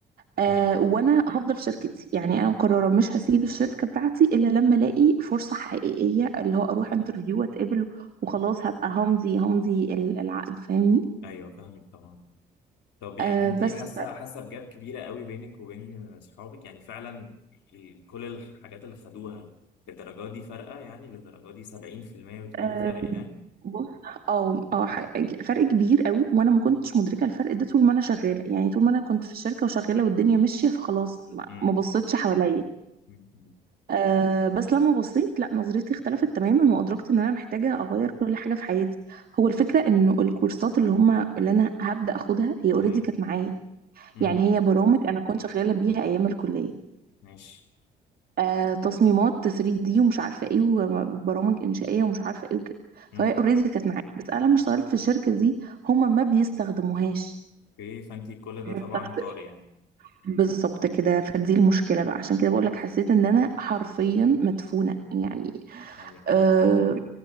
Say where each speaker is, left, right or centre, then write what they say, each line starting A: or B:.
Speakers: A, on the right (about 55°); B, on the left (about 85°).
A: آه
B: امم
A: وانا هفضل في شركتي يعني انا مقرره مش هسيب الشركه بتاعتي الا لما الاقي فرصه حقيقيه اللي هو اروح انترفيو واتقبل وخلاص هبقى همضي همضي ال- العقد فاهمني
B: ايوه فاهمك طبعا طب يعني
A: آه
B: انت
A: بس
B: حاسه حاسه بجاب كبيره قوي بينك وبين اصحابك يعني فعلا ال- كل الحاجات اللي خدوها للدرجه دي فارقه يعني للدرجه دي 70% بتقولي
A: آه
B: فرق يعني
A: بص اه اه ح- فرق كبير قوي وانا ما كنتش مدركه الفرق ده طول ما انا شغاله يعني طول ما انا كنت في الشركه وشغاله والدنيا ماشيه فخلاص ما
B: امم
A: ما بصيتش حواليا
B: امم
A: أه بس لما بصيت لا نظرتي اختلفت تماما وأدركت إن أنا محتاجة أغير كل حاجة في حياتي هو الفكرة إنه الكورسات اللي هما اللي أنا هبدأ أخدها هي أوريدي
B: ايوه
A: كانت معايا
B: امم
A: يعني هي برامج أنا كنت شغالة بيها أيام الكلية
B: ماشي
A: أه تصميمات 3D ومش عارفة إيه وبرامج إنشائية ومش عارفة إيه وكده
B: امم
A: فهي أوريدي كانت معايا بس أنا لما اشتغلت في الشركة دي هما ما بيستخدموهاش
B: اوكي فانت كل ده
A: بستخدم
B: طبعا طار يعني
A: بالظبط كده فدي المشكلة بقى عشان كده بقولك حسيت إن أنا حرفيا مدفونة يعني
B: ايوه
A: آه،
B: ايوه